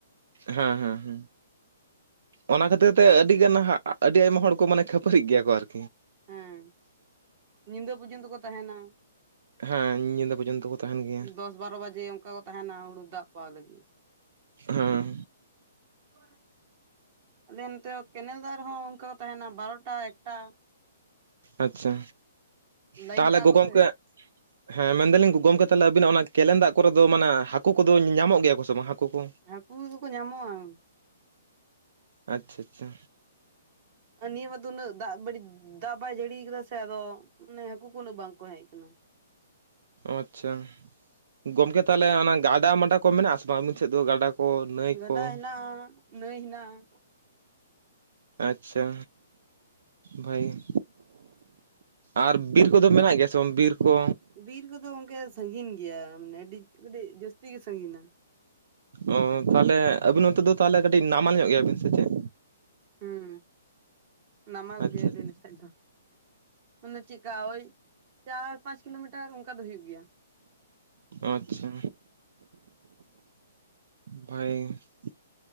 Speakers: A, on the right; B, on the right.
A: ᱦᱮᱸ ᱦᱮᱸ ᱦᱮᱸ ᱚᱱᱟ ᱠᱷᱟᱹᱛᱤᱨ ᱛᱮ ᱟᱹᱰᱤ ᱜᱟᱱ ᱟᱹᱰᱤ ᱟᱭᱢᱟ ᱦᱚᱲ ᱠᱚ ᱢᱟᱱᱮ ᱠᱷᱟᱹᱯᱟᱹᱨᱤᱜ ᱜᱮᱭᱟ ᱠᱚ ᱟᱨᱠᱤ
B: ᱦᱮᱸ ᱧᱤᱫᱟᱹ ᱯᱡᱚᱱᱛᱚᱠᱚ ᱛᱟᱦᱮᱸᱱᱟ
A: ᱦᱮᱸ ᱧᱤᱫᱟᱹ ᱯᱚᱨᱡᱚᱱᱛᱚ ᱠᱚ ᱛᱟᱦᱮᱱ ᱜᱮᱭᱟ
B: ᱫᱚᱥ ᱵᱟᱨᱚ ᱵᱟᱡᱮ ᱚᱱᱠᱟ ᱠᱚ ᱛᱟᱦᱮᱸᱱᱟ ᱦᱩᱲᱩ ᱫᱟᱜ ᱯᱟᱣ ᱞᱟᱹᱜᱤᱫ
A: ᱦᱮᱸ
B: ᱦᱳᱭ ᱟᱞᱮ ᱱᱚᱛᱮ ᱠᱮᱱᱮᱞ ᱫᱟᱜ ᱨᱮᱦᱚᱸ ᱚᱱᱠᱟ ᱛᱟᱦᱮᱱᱟ ᱵᱟᱨᱚᱴᱟ ᱮᱠᱴᱟ
A: ᱟᱪᱪᱷᱟ
B: ᱞᱟᱭᱤᱱ
A: ᱛᱟᱦᱚᱞᱮ
B: ᱠᱟᱜᱼᱟ
A: ᱜᱚᱝᱠᱮ
B: ᱠᱚ ᱥᱮ
A: ᱦᱮᱸ ᱢᱮᱱᱫᱟᱞᱤᱧ ᱜᱚᱢᱠᱮ ᱛᱟᱦᱚᱞᱮ ᱟᱵᱤᱱᱟᱜ ᱚᱱᱟ ᱠᱮᱞᱮᱱ ᱫᱟᱜ ᱠᱚᱨᱮ ᱫᱚ ᱢᱟᱱᱮ ᱦᱟᱹᱠᱩ ᱠᱚᱫᱚ ᱧᱟᱢᱚᱜ ᱜᱮᱭᱟ ᱠᱚ ᱥᱮ ᱵᱟᱝ ᱦᱟᱹᱠᱩ ᱠᱚ?
B: ᱦᱟᱹᱠᱩ ᱫᱚᱠᱚ ᱠᱚ ᱧᱟᱢᱚᱜ-ᱟ
A: ᱟᱪᱪᱷᱟ ᱟᱪᱪᱷᱟ
B: ᱱᱤᱭᱟᱹ ᱵᱟᱨ ᱫᱚ ᱩᱱᱟᱹᱜ ᱫᱟᱜ ᱵᱟᱹᱲᱤᱡ ᱫᱟᱜ ᱵᱟᱭ ᱡᱟᱹᱲᱤ ᱠᱟᱫᱟ ᱥᱮ ᱟᱫᱚ ᱢᱟᱱᱮ ᱦᱟᱹᱠᱩ ᱠᱚ ᱩᱱᱟᱹᱜ ᱵᱟᱝᱠᱚ ᱦᱮᱡ ᱟᱠᱟᱱᱟ
A: ᱟᱪᱪᱷᱟ ᱜᱚᱝᱠᱮ ᱛᱟᱦᱚᱞᱮ ᱚᱱᱟ ᱜᱟᱰᱟ ᱢᱟᱰᱟ ᱠᱚ ᱢᱮᱱᱟᱜ-ᱟ ᱥᱮ ᱵᱟᱝ ᱟᱹᱵᱤᱱ ᱥᱮᱫ ᱫᱚ ᱜᱟᱰᱟ ᱠᱚ ᱱᱟᱹᱭ ᱠᱚ?
B: ᱜᱟᱰᱟ ᱦᱮᱱᱟᱜ ᱱᱟᱹᱭ ᱦᱮᱱᱟᱜ
A: ᱟᱪᱪᱷᱟ ᱵᱷᱟᱜᱮ ᱜᱮ ᱟᱨ ᱵᱤᱨ ᱠᱚᱫᱚ ᱢᱮᱱᱟᱜ ᱜᱮᱭᱟ ᱥᱮ ᱵᱟᱝ ᱵᱤᱨ ᱠᱚ
B: ᱵᱤᱨ ᱠᱚᱫᱚ ᱜᱚᱝᱠᱮ ᱥᱟᱹᱜᱤᱧ ᱜᱮᱭᱟ ᱢᱟᱱᱮ ᱟᱹᱰᱤ ᱟᱹᱰᱤ ᱡᱟᱹᱥᱛᱤ ᱜᱮ ᱥᱟᱹᱜᱤᱧᱟ
A: ᱚ ᱛᱟᱦᱚᱞᱮ ᱟᱹᱵᱤᱱ ᱱᱚᱛᱮ ᱫᱚ ᱛᱟᱦᱚᱞᱮ ᱠᱟᱹᱴᱤᱡ ᱱᱟᱢᱟᱞ ᱧᱚᱜ ᱜᱮᱭᱟᱵᱤᱱ ᱥᱮ ᱪᱮᱫ
B: ᱦᱩᱸ ᱱᱟᱢᱟᱞ
A: ᱟᱪᱪᱷᱟ
B: ᱜᱮ ᱞᱟᱹᱭ ᱞᱮᱠᱟᱡ ᱫᱚ ᱢᱟᱱᱮ ᱪᱮᱫᱠᱟ ᱳᱭ ᱪᱟᱨ ᱯᱟᱸᱪ ᱠᱤᱞᱳᱢᱤᱴᱟᱨ ᱚᱱᱠᱟ ᱫᱚ ᱦᱳᱭᱳᱜ ᱜᱮᱭᱟ
A: ᱟᱪᱪᱷᱟ ᱵᱷᱟᱜᱮ ᱜᱮ